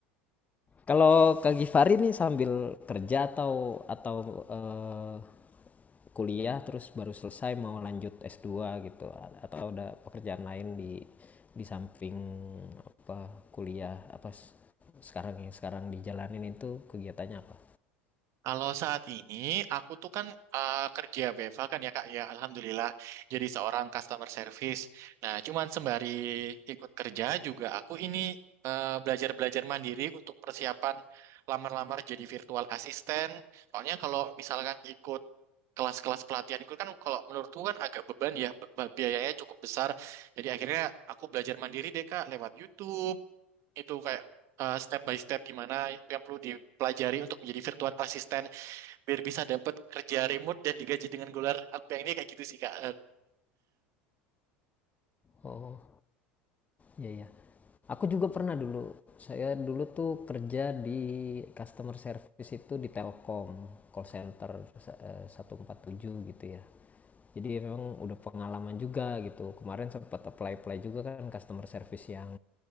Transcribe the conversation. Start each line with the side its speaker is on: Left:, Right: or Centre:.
Left: Kalau Kak Gifari nih sambil kerja atau atau eh, kuliah terus baru selesai mau lanjut S2 gitu atau ada pekerjaan lain di di samping apa kuliah apa sekarang yang sekarang dijalanin itu kegiatannya apa?
Right: Kalau saat ini aku tuh kan eh, kerja BFA kan ya Kak ya, alhamdulillah jadi seorang customer service. Nah, cuman sembari ikut kerja juga aku ini eh, belajar-belajar mandiri untuk persiapan lamar-lamar jadi virtual assistant. Soalnya kalau misalkan ikut kelas-kelas pelatihan itu kan kalau menurutku kan agak beban ya be- biayanya cukup besar jadi akhirnya aku belajar mandiri deh Kak lewat YouTube itu kayak eh, step by step gimana yang perlu dipelajari untuk menjadi virtual assistant biar bisa dapat kerja remote dan digaji dengan dolar aku yang ini kayak gitu sih Kak
Left: Oh. Iya, iya. Aku juga pernah dulu. Saya dulu tuh kerja di customer service itu di Telkom, call center eh, 147 gitu ya. Jadi memang udah pengalaman juga gitu. Kemarin sempat apply-apply juga kan customer service yang